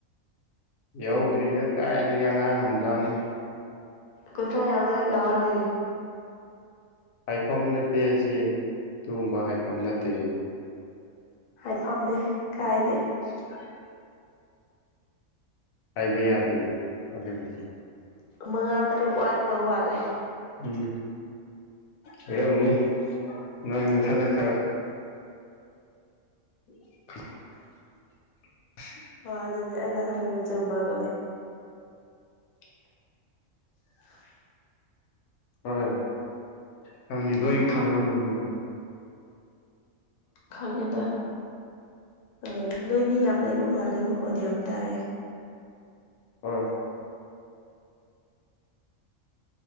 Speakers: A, on the left (about 80°); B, on the left (about 60°).
A: ꯌꯧꯗ꯭ꯔꯤꯗ ꯀꯥꯏꯗꯒꯤꯒ ꯑꯉꯥꯡꯃꯖꯥꯠꯅꯤ
B: ꯀꯨꯟꯊ꯭ꯔꯥ ꯌꯥꯎꯗꯧ ꯀꯌꯥꯝ ꯋꯥꯠꯂꯤ
A: ꯍꯥꯏꯐꯝ ꯅꯠꯇꯦ ꯁꯤ ꯑꯗꯨꯒꯨꯝꯕ ꯍꯥꯏꯐꯝ ꯅꯠꯇꯦ
B: ꯍꯥꯏꯐꯝꯅꯤ ꯀꯥꯏꯗꯦ
A: <unintelligible> ꯍꯥꯏꯕ ꯌꯥꯗꯦ ꯑꯗꯨꯕꯨ
B: ꯃꯉꯥ ꯇꯔꯨꯛ ꯋꯥꯠꯀꯗꯧ ꯃꯥꯟꯂꯦ
A: ꯎꯝ ꯍꯥꯏꯔꯝꯅꯦ ꯅꯪ ꯅꯊꯟꯗ ꯈꯔ <inaudible>
B: ꯍꯣꯏ ꯑꯗꯨꯅꯦ ꯑꯩꯅ ꯍꯥꯏꯕ ꯆꯨꯝꯃꯕꯅꯦ <unintelligible>
A: ꯍꯣꯏ ꯅꯪꯗꯤ ꯂꯣꯏ ꯈꯪꯔꯝꯃꯅꯤꯗꯣ
B: ꯈꯥꯡꯉꯦꯗ ꯑ ꯅꯣꯏ ꯃꯤ ꯌꯥꯝ ꯂꯩꯕ ꯃꯥꯜꯂꯦ ꯃꯈꯣꯟꯗꯤ ꯌꯥꯝ ꯇꯥꯏꯌꯦ
A: ꯍꯣꯏ